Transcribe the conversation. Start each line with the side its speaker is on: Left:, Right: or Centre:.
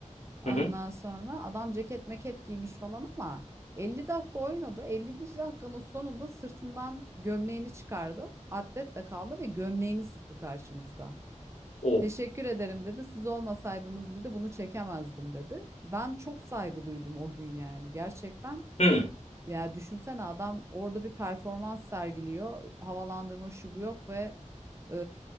Right: Ondan
Left: Hı hı.
Right: sonra adam ceket meket giymiş falan ama 50 dakika oynadı. 50. dakikanın sonunda sırtından gömleğini çıkardı. Atlet de kaldı ve gömleğini sıktı karşımızda.
Left: Of.
Right: Teşekkür ederim dedi. Siz olmasaydınız dedi bunu çekemezdim dedi. Ben çok saygı duydum o gün yani. Gerçekten
Left: Hı hı.
Right: ya düşünsene adam orada bir performans sergiliyor. Havalandırma şu bu yok ve e,